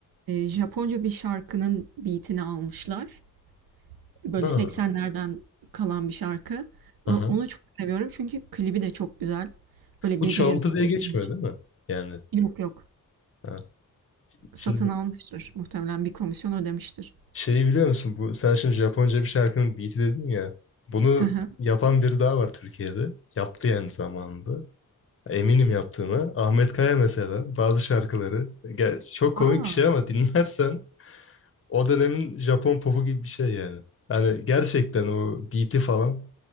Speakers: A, on the right; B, on the left.
A: Eee, Japonca bir şarkının beat'ini almışlar. Böyle
B: Ha,
A: 80'lerden kalan bir şarkı. Ö
B: aha.
A: onu çok seviyorum çünkü klibi de çok güzel. Böyle gece
B: Bu çalıntı
A: yarısı
B: diye
A: çekilmiş.
B: geçmiyor değil mi? Yani.
A: Yok, yok.
B: Ha. Şimdi
A: Satın
B: bu-
A: almıştır. Muhtemelen bir komisyon ödemiştir.
B: şeyi biliyor musun? Bu, sen şimdi Japonca bir şarkının beat'i dedin ya. Bunu
A: <laughs> Hı hı.
B: yapan biri daha var Türkiye'de. Yaptı yani zamanında. Eminim yaptığına. Ahmet Kaya mesela bazı şarkıları. Gel, çok
A: A!
B: komik bir şey ama dinlersen o dönemin Japon popu gibi bir şey yani. Yani gerçekten o beat'i falan